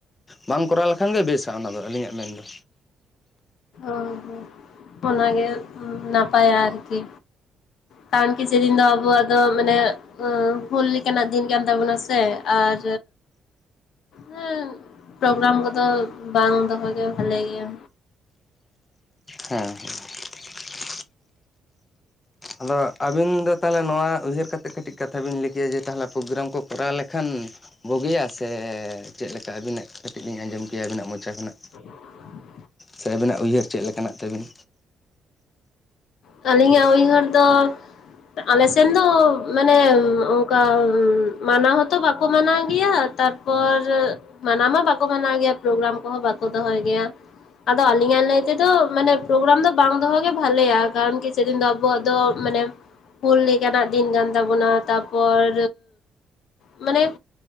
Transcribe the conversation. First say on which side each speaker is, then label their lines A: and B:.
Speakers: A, on the left; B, on the left.
A: ᱵᱟᱝ ᱠᱚᱨᱟᱣ ᱞᱮᱠᱷᱟᱱ ᱜᱮ ᱵᱮᱥᱼᱟ ᱚᱱᱟ ᱫᱚ ᱟᱹᱞᱤᱧᱟᱜ ᱢᱮᱱᱫᱚ
B: ᱦᱚᱸ ᱦᱚᱸ ᱚᱱᱟ ᱜᱮ ᱱᱟᱯᱟᱭᱟ ᱟᱨᱠᱤ ᱠᱟᱱ ᱠᱤ ᱪᱤᱨᱤᱧ ᱫᱚ ᱟᱵᱚᱣᱟᱜ ᱫᱚ ᱢᱟᱱᱮ ᱦᱩᱞ ᱞᱮᱠᱟᱱᱟᱜ ᱫᱤᱱ ᱠᱟᱱ ᱛᱟᱵᱳᱱᱟᱥᱮ ᱟᱨ ᱦᱮᱸ ᱯᱨᱳᱜᱨᱟᱢ ᱠᱚᱫᱚ ᱵᱟᱝ ᱫᱚᱦᱚ ᱜᱮ ᱵᱷᱟᱞᱮ ᱜᱮᱭᱟ
A: ᱦᱮᱸ ᱦᱮᱸ <unintelligible> ᱟᱫᱚ ᱟᱹᱵᱤᱱ ᱫᱚ ᱛᱟᱦᱚᱞᱮ ᱱᱚᱣᱟ ᱩᱭᱦᱟᱹᱨ ᱠᱟᱛᱮᱫ ᱠᱟᱹᱴᱤᱡ ᱠᱟᱛᱷᱟ ᱵᱤᱱ ᱞᱟᱹᱭ ᱠᱮᱭᱟ ᱡᱮ ᱛᱟᱦᱚᱞᱮ ᱯᱨᱳᱜᱨᱟᱢ ᱠᱚ ᱠᱚᱨᱟᱣ ᱞᱮᱠᱷᱟᱱ ᱵᱩᱜᱤᱭᱟ ᱥᱮ ᱪᱮᱫ ᱞᱮᱠᱟ ᱟᱹᱵᱤᱱᱟᱜ ᱠᱟᱹᱴᱤᱡ ᱞᱤᱧ ᱟᱸᱡᱚᱢ ᱠᱮᱭᱟ ᱟᱹᱵᱤᱱᱟᱜ ᱢᱚᱪᱟ ᱠᱷᱚᱱᱟᱜ
B: <unintelligible>
A: ᱥᱮ ᱟᱵᱤᱱᱟᱜ ᱩᱭᱦᱟᱹᱨ ᱪᱮᱫ ᱞᱮᱠᱟᱱᱟᱜ ᱛᱟᱹᱵᱤᱱ
B: ᱟᱹᱞᱤᱧᱟᱜ ᱩᱭᱦᱟᱹᱨ ᱫᱚ ᱟᱞᱮ ᱥᱮᱱ ᱫᱚ ᱢᱟᱱᱮ ᱚᱝᱠᱟ ᱢᱟᱱᱟᱣ ᱦᱚᱸᱛᱚ ᱵᱟᱠᱚ ᱢᱟᱱᱟᱣ ᱜᱮᱭᱟ ᱛᱟᱨᱯᱚᱨ ᱢᱟᱱᱟᱣ ᱢᱟ ᱵᱟᱠᱚ ᱢᱟᱱᱟᱣ ᱜᱮᱭᱟ ᱯᱨᱳᱜᱨᱟᱢ ᱠᱚᱦᱚᱸ ᱵᱟᱠᱚ ᱫᱚᱦᱚᱭ ᱜᱮᱭᱟ ᱟᱫᱚ ᱟᱞᱤᱧᱟᱜ ᱞᱮᱭ ᱛᱮᱫᱚ ᱫᱚ ᱢᱟᱱᱮ ᱯᱨᱳᱜᱨᱟᱢ ᱫᱚ ᱵᱟᱝ ᱫᱚᱦᱚᱜᱮ ᱵᱷᱟᱞᱮᱭᱟ ᱠᱟᱨᱚᱱ ᱠᱤ ᱥᱮᱫᱤᱱ ᱫᱚ ᱟᱵᱚᱣᱟᱜ ᱫᱚ ᱢᱟᱱᱮ ᱦᱩᱞ ᱞᱮᱠᱟᱱᱟᱜ ᱫᱤᱱ ᱠᱟᱱ ᱛᱟᱵᱳᱱᱟ ᱛᱟᱨᱯᱚᱨ ᱢᱟᱱᱮ